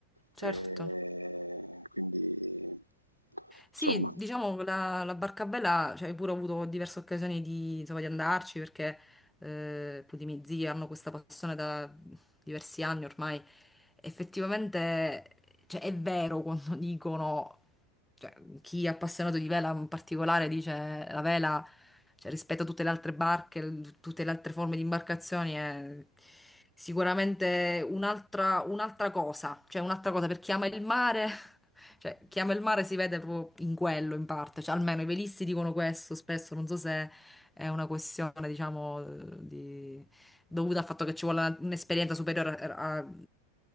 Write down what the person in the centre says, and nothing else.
Certo.
Sì,
diciamo che la, la Barcabella, cioè, hai pure avuto diverse occasioni di, insomma, di andarci perché eh, appunto i miei zii hanno questa passione da diversi anni ormai. Effettivamente, cioè, è vero quando <laughs> dicono, cioè, chi è appassionato di vela in particolare dice la vela. Cioè, rispetto a tutte le altre barche, tutte le altre forme di imbarcazioni, è sicuramente un'altra un'altra cosa. Cioè, un'altra cosa per chi ama il mare. <laughs> Cioè, chi ama il mare si vede proprio in quello, in parte. Cioè, almeno i velisti dicono questo spesso, non so se è una questione, diciamo, di- dovuta al fatto che ci vuole una- un'esperienza superiore a,